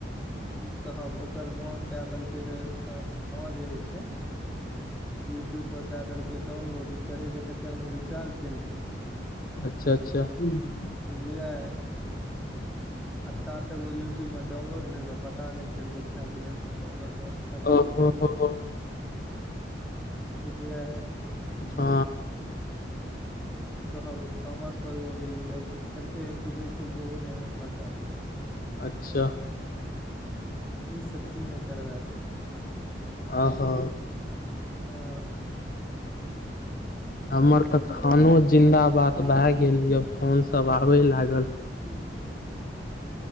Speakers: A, in the centre; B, on the left (about 50°).
A: की कहब, ओकर माँ क देलकै रे, ओकर मौज हे। छै, यूट्यूब पर दए देलके, डाउनलोड करे के चक्कर मे, ओ रिचार्ज केलकै,
B: अच्छा- अच्छा, हँ,
A: बुझलिये। आ ता तक, ओ यूट्यूब मे डाउनलोड रहै, ओकरा पता नहि चले, भए गेल ओकर डानलोड नेट खतम
B: ओहो
A: भैए गेल,
B: हो
A: बुझयै,
B: हँ,
A: कह वो, तामश पर ओ अभी, लागै छै खेलकै, कि नहि खेलकेै, ओहो न हमरा पता या।
B: अच्छा,
A: कि सब की नहि करबा देत,
B: ओहो
A: हँ,
B: हमर तक खानो जिंदाबाद भए गेल ये, फोन सब आबे लागल,
A: हूं -हूं,